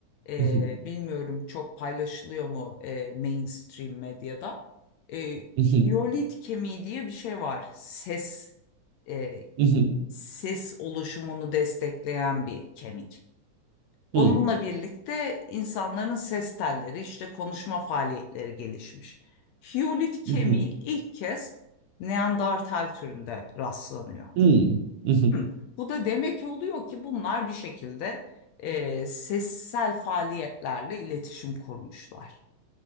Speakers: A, on the left (about 80°); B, on the right (about 75°).
A: Ee,
B: Mhm,
A: bilmiyorum çok paylaşılıyor mu e, mainstream medyada. Ee,
B: mhm,
A: hiyolit kemiği diye bir şey var. Ses e,
B: mhm,
A: ses oluşumunu destekleyen bir kemik. Onunla
B: hı,
A: birlikte insanların ses telleri işte konuşma faaliyetleri gelişmiş. Hiyolit kemiği
B: mhm,
A: ilk kez Neandertal türünde rastlanıyor.
B: hı, mhm.
A: Hı. Bu da demek oluyor ki bunlar bir şekilde e, sessel faaliyetlerle iletişim kurmuşlar.